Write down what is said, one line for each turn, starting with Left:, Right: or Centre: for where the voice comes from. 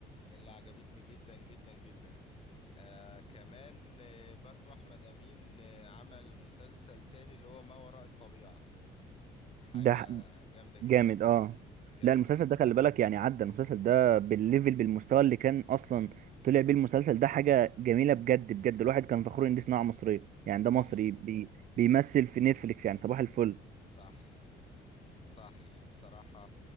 Left: اللي عجبتني جدا جدا جدا آه كمان آه برضو احمد امين آه عمل مسلسل تاني اللي هو ما وراء الطبيعة حاجة
Right: ده ح-
Left: جامدة جدا
Right: جامد اه
Left: جامد
Right: لا المسلسل
Left: جدا
Right: ده خلي بالك يعني عدى المسلسل ده بالليفل بالمستوى اللي كان اصلا طلع بيه المسلسل ده حاجه جميله بجد بجد الواحد كان فخور ان دي صناعه مصريه يعني ده مصري
Left: صح
Right: بي... بيمثل في نتفليكس يعني صباح الفل
Left: صح صح بصراحة